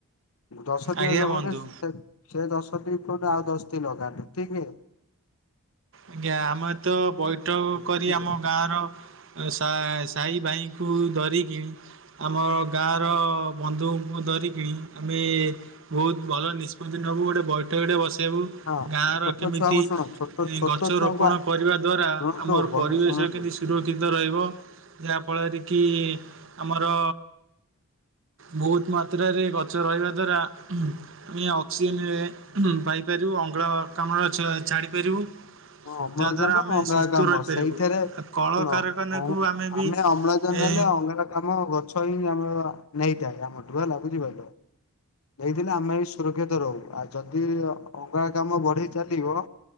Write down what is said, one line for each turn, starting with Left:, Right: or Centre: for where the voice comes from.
Left: <unintelligible>
Right: ଆଜ୍ଞା ବନ୍ଧୁ।
Left: ଠିକ ହେ।
Right: ଆଜ୍ଞା ଆମେ ତ ବୈଠକ କରି
Left: ବୁଝିଲେ
Right: ଆମ ଗାଁର ସା ସାହି ଭାଇଙ୍କୁ ଧରିକି। ଆମର ଗାଁର ବନ୍ଧୁଙ୍କୁ ଧରିକିଣି ଆମେ ବହୁତ ଭଲ ନିଷ୍ପତ୍ତି ନବୁ ଗୋଟେ ବୈଠକଟେ ବସେଇବୁ
Left: ହଁ
Right: ଗାଁର
Left: ଛୋଟ
Right: କେମିତି-
Left: ଛୁଆଙ୍କୁ ଶୁଣ
Right: -
Left: ଛୋଟ
Right: ଏଇ
Left: ଛୋଟ
Right: ଗଛରୋପଣ
Left: ଛୁଆଙ୍କୁ ଆ
Right: କରିବା ଦ୍ୱାରା
Left: ଶୁଣନ୍ତୁ
Right: ଆମର
Left: ବନ୍ଧୁ
Right: ପରିବେଶ
Left: ଶୁଣନ୍ତୁ
Right: କେମିତି ସୁରକ୍ଷି କ୍ଷିତ ରହିବ ଯାହାଫଳରେ କି ଆମର ବହୁତ ମାତ୍ରାରେ ଗଛ ରହିବା ଦ୍ୱାରା, ଅକ୍ସିଜେନରେ ପାଇପାରିବୁ ଅଙ୍ଗଳକାମ୍ଳ ଛାଡ଼ିପାରିବୁ।
Left: ହଁ ଅମ୍ଳଜାନ
Right: ଯାହାଦ୍ୱାରା ଆମେ
Left: ଅଙ୍ଗାରକାମ୍ଳ
Right: ସୁସ୍ଥ ରହିପାରିବୁ
Left: ସେଇଥିରେ
Right: ଆଉ କଳକାରଖାନାକୁ
Left: ଶୁଣ
Right: ବି
Left: ଆମେ ଅମ୍ଳଜାନ
Right: ଏ
Left: ନେଲେ ଅଙ୍ଗାର ଆମର ଗଛ ହିଁ ଆମର ନେଇଥାଏ ଆମଠୁ ହେଲା ବୁଝିପାରିଲ। ନେଇଥିଲେ ଆମେ ବି ସୁରକ୍ଷିତ ରହୁ ଆଉ ଯଦି ଅଙ୍ଗାରକାମ୍ଳ ବଢେଇ ଚାଲିବ